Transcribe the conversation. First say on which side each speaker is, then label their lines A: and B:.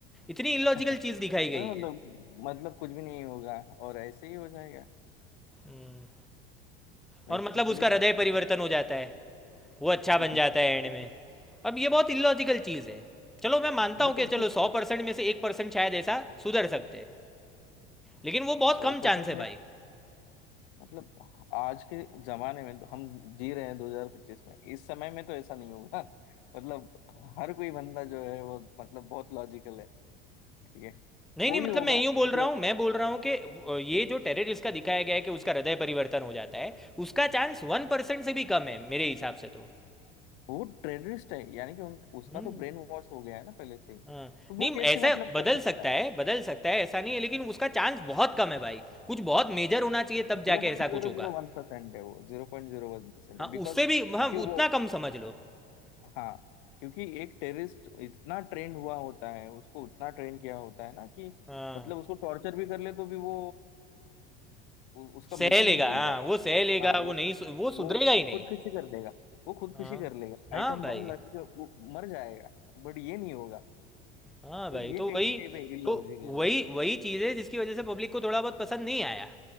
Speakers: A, in the centre; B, on the left.
A: इतनी
B: <laughs>
A: इलॉजिकल चीज दिखाई
B: अरे
A: गई है
B: मतलब मतलब कुछ भी नहीं होगा और ऐसे ही हो जाएगा
A: हम्म, और
B: ऐसे
A: मतलब उसका
B: थोड़ी ना
A: हृदय
B: होता
A: परिवर्तन हो जाता है वो अच्छा बन
B: है <laughs>
A: जाता है एंड में अब ये बहुत इलॉजिकल चीज है चलो मैं मानता
B: मतलब
A: हूँ कि चलो
B: इसमें
A: सौ परसेंट में से एक परसेंट शायद ऐसा सुधर सकते हैं लेकिन वो बहुत
B: सौ
A: कम चांस
B: परसेंट
A: है भाई
B: मतलब आज के जमाने में तो हम जी रहे हैं 2025 में इस समय में तो ऐसा नहीं होगा <laughs> मतलब हर कोई बंदा जो है वो मतलब बहुत लॉजिकल है ठीक है
A: नहीं
B: कोई
A: नहीं मतलब
B: होगा
A: मैं यूं बोल
B: मतलब
A: रहा हूं मैं बोल रहा हूं कि अ, ये जो टेररिस्ट का दिखाया गया है कि उसका हृदय परिवर्तन हो जाता है उसका चांस वन परसेंट से भी कम है मेरे हिसाब से तो
B: वो टेररिस्ट है यानी कि उन, उसका
A: हम्म
B: तो ब्रेन वॉश हो गया है ना पहले से ही तो
A: हाँ
B: वो
A: नहीं
B: कैसे
A: ऐसा
B: मतलब
A: बदल
B: कर सकता
A: सकता
B: है
A: है बदल सकता है ऐसा नहीं है लेकिन उसका चांस बहुत कम है भाई कुछ बहुत मेजर होना चाहिए तब
B: Zero
A: जाके
B: point
A: ऐसा
B: zero
A: कुछ होगा
B: zero one percent है वो zero point zero one percent
A: हाँ
B: है बिकॉज
A: उससे भी
B: क्योंकि
A: हाँ उतना
B: वो
A: कम समझ लो
B: हाँ क्योंकि एक टेररिस्ट इतना ट्रेंड हुआ होता है उसको उतना ट्रेन किया होता है ना कि
A: हाँ
B: मतलब उसको टॉर्चर भी कर ले तो भी वो उ- उसका मिशन
A: सह लेगा
B: नहीं भूल
A: हाँ
B: जाता
A: वो सह लेगा
B: हाँ वो
A: वो नहीं सु- वो
B: वो
A: सुधरेगा ही नहीं
B: खुदकुशी कर लेगा वो खुदकुशी
A: हाँ
B: कर लेगा
A: हाँ
B: आइटम
A: भाई
B: बम लगेगा वो मर जाएगा बट ये नहीं होगा
A: हाँ
B: तो
A: भाई
B: ये
A: तो
B: कहीं
A: वही
B: ना कहीं पे इलॉजिकल
A: तो वही
B: है
A: वही चीज़ है जिसकी वजह से पब्लिक को थोड़ा बहुत पसंद नहीं आया